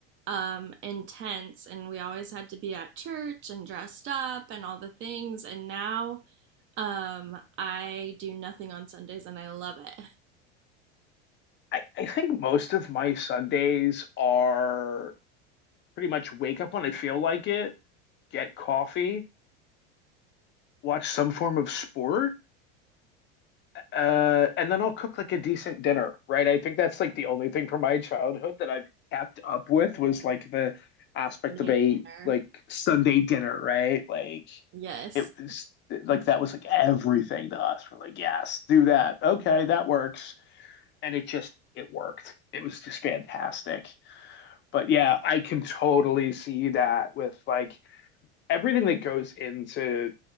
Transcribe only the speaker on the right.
um, intense, and we always had to be at church and dressed up and all the things. And now um, I do nothing on Sundays, and I love it.
Made
dinner.
Yes.